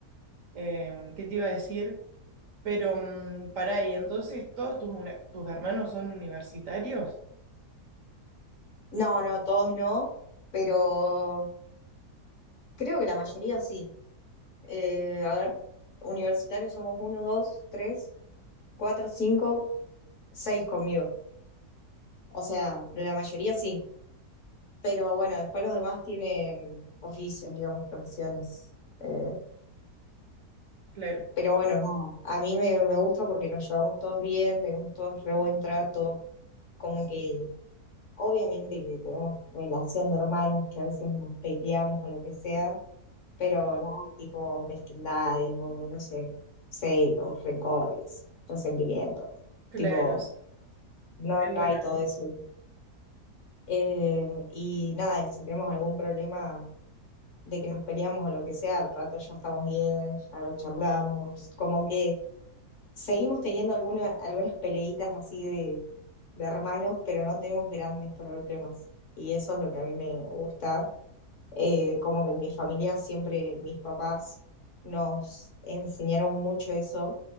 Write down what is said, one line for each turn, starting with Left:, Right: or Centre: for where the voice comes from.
Right: Em, ¿qué te iba a decir? Pero mm, pará, y entonces todos tus, una- tus hermanos son universitarios?
Left: No, no, todos no, pero creo que la mayoría sí. Eh, a ver, universitarios somos uno, dos, tres, cuatro, cinco, seis conmigo. O sea, la mayoría sí, pero bueno, después los demás tienen oficios, digamos, profesiones. Eh,
Right: Claro,
Left: pero bueno, no, a mí me, me gusta porque nos llevamos todos bien, tenemos todos re buen trato, como que obviamente que tenemos relación de hermanos, que a veces nos peleamos o lo que sea pero no, tipo mezquindades o no sé, celos, rencores, resentimiento,
Right: claro.
Left: tipo, no,
Right: hay
Left: no
Right: buena
Left: hay todo
Right: onda.
Left: eso. Eh, y nada, y si tenemos algún problema de que nos peleamos o lo que sea, al rato ya estamos bien, ya lo charlamos, como que seguimos teniendo alguna- algunas peleitas así de, de hermanos, pero no tenemos grandes problemas. Y eso es lo que a mí me gusta Eh, como que en mi familia siempre mis papás nos enseñaron mucho eso